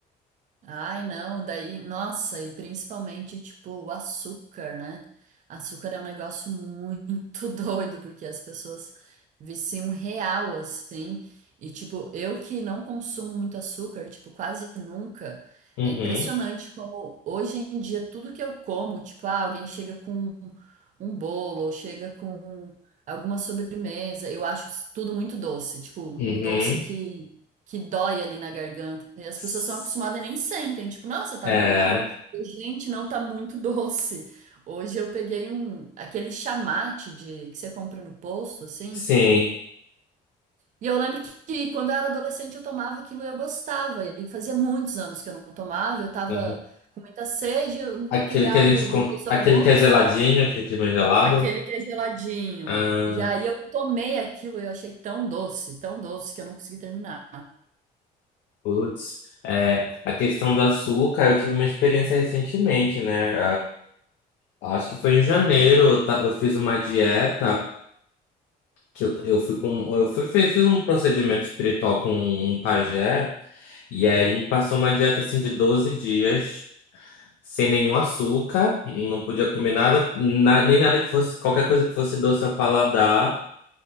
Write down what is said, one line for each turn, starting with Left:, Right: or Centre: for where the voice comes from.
Right: Ai, não, daí, nossa, e principalmente, tipo, o açúcar, né? Açúcar é um negócio muito <laughs> doido, porque as pessoas viciam real, assim. E, tipo, eu que não consumo muito açúcar, tipo, quase nunca,
Left: Uhum,
Right: é impressionante como hoje em dia tudo que eu como, tipo, ah, alguém chega com um bolo, ou chega com alguma sobremesa, eu acho tudo muito doce, tipo,
Left: uhum.
Right: um doce que que dói ali na garganta. E as
Left: S-
Right: pessoas são acostumadas e nem sentem, tipo, nossa, tá
Left: É,
Right: normal. Eu, Gente, não tá muito <laughs> doce. Hoje eu peguei um aquele chamate de que você compra no posto assim.
Left: sim.
Right: E eu lembro que, que quando eu era adolescente eu tomava aquilo e eu gostava. E fazia muitos anos que eu não tomava, eu tava
Left: Uhum.
Right: com muita sede, eu não
Left: Aquele
Right: queria
Left: que
Right: algo
Left: a gente, com-
Right: depois do
Left: aquele
Right: almoço,
Left: que é geladinho, aquele que é bem gelado.
Right: aquele que é geladinho.
Left: Ah,
Right: E aí eu tomei aquilo e eu achei tão doce, tão doce que eu não consegui terminar.
Left: putz. É, a questão do açúcar, eu tive uma experiência recentemente, né? Ah, acho que foi em janeiro, eu, ta- eu fiz uma dieta que eu, eu fui com, eu fui, fiz, fiz um procedimento espiritual com um pajé, e aí ele me passou uma dieta assim de 12 dias, sem nenhum açúcar, não podia comer nada, na- nem nada que fosse, qualquer coisa que fosse doce ao paladar.